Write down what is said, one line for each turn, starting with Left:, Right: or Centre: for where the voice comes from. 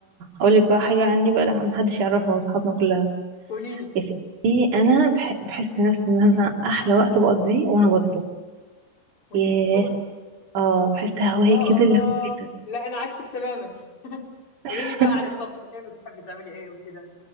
Right: اقول لك بقى حاجه عني بقى لا محدش يعرفها من اصحابنا كلها
Left: قولي لي
Right: يا ستي انا بح... بحس نفسي ان انا احلى وقت بقضيه وانا بطبخ
Left: وانت
Right: ياه
Left: بتطبخي
Right: اه بحس هوايه
Left: يا
Right: كده
Left: الله
Right: اللي هو ايه ده
Left: لا انا عكسك تماما
Right: <laughs>
Left: قولي لي بقى عن الطبخ ايه بتحبي تعملي ايه وكده